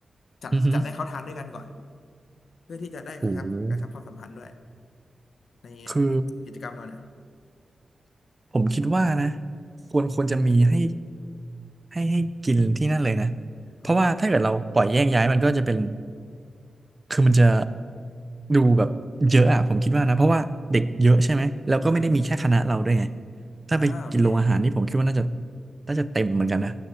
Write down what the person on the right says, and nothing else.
อือฮึ
โห
คือ ผมคิดว่านะควรควรจะมีให้ให้ให้กินที่นั่นเลยนะเพราะว่าถ้าเกิดเราปล่อยแยกย้ายมันก็จะเป็น
คือมันจะดูแบบเยอะอะผมคิดว่านะเพราะว่าเด็กเยอะใช่ไหมแล้วก็ไม่ได้มีแค่คณะเราด้วยไง
ถ้าไปกินโรงอาหารนี่ผมคิดว่าน่าจะ
น่าจะเต็มเหมือนกันนะ